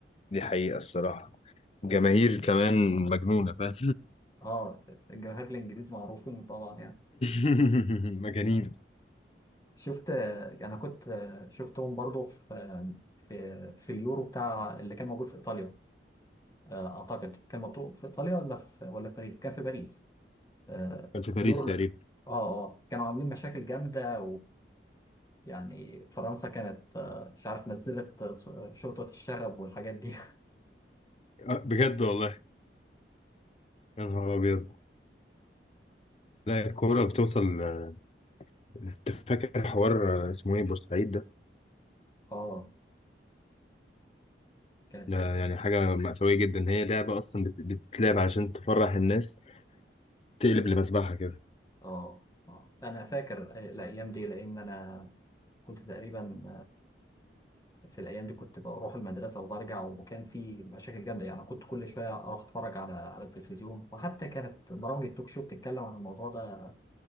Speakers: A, on the left; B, on the left.
A: دي حقيقة الصراحة جماهير كمان مجنونة فاهم
B: اه الجماهير الانجليز معروفين طبعا يعني
A: <laughs> مجانين
B: شفت انا كنت شفتهم برضو في في في اليورو بتاع اللي كان موجود في ايطاليا آه، اعتقد كان موجود في ايطاليا ولا في ولا في باريس كان في باريس آه،
A: كان في باريس
B: اليورو
A: تقريبا
B: لا اه اه كانوا عاملين مشاكل جامده ويعني فرنسا كانت آه، مش عارف نزلت آه، شرطه الشغب والحاجات دي
A: آه، بجد والله يا نهار أبيض لا الكورة بتوصل آه، أنت فاكر حوار آه، اسمه إيه بورسعيد ده
B: اه كانت
A: ده
B: مأساة
A: يعني حاجة مأساوية جدا هي لعبة أصلا بت- بتتلعب عشان تفرح الناس تقلب لمذبحة كده
B: اه اه انا فاكر آه، الايام دي لان انا كنت تقريبا آه، في الايام دي كنت بروح المدرسه وبرجع وكان في مشاكل جامده يعني كنت كل شويه اروح اتفرج على على التلفزيون وحتى كانت برامج التوك شو بتتكلم عن الموضوع ده